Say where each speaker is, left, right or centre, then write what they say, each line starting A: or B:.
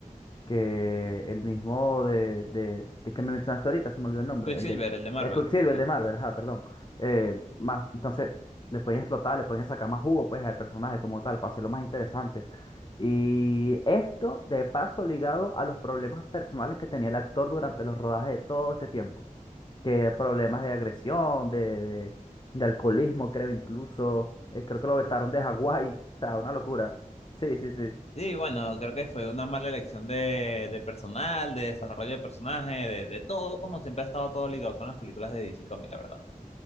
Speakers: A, on the left (about 35°); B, on the left (about 50°).
A: que el mismo de, de, de que me mencionaste ahorita, se me olvidó el nombre,
B: Quicksilver,
A: el de
B: el de Marvel,
A: el Quicksilver,
B: el de,
A: el de Marvel, ajá, perdón. Eh, más, entonces, le pueden explotar, le pueden sacar más jugo pues al personaje como tal, para hacerlo más interesante. Y esto, de paso, ligado a los problemas personales que tenía el actor durante los rodajes de todo este tiempo. que problemas de agresión, de, de, de alcoholismo, creo incluso. Eh, creo que lo vetaron de Hawái. O sea, una locura. Sí, sí, sí.
B: Sí, bueno, creo que fue una mala elección de, de personal, de desarrollo de personaje, de, de todo, como siempre ha estado todo ligado con las películas de DC Comics, la verdad.